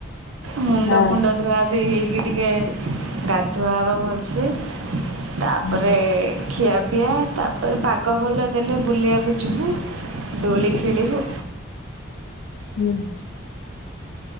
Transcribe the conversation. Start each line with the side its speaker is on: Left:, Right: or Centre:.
Right: ମୁଣ୍ଡ
Left: ଟା
Right: ଫୁଣ୍ଡ ଧୁଆ ଧୋଇ ହେଇକି ଟିକେ ଗାଧୁଆ ହବ ଭଲସେ। ତାପରେ
Left: ହଁ
Right: ଖିଆପିଆ। ତାପରେ ପାଗ ଭଲ ଦେଲେ ବୁଲିବାକୁୁ ଯିବୁ। ଦୋଳି ଖେଳିିବୁ।
Left: <unintelligible>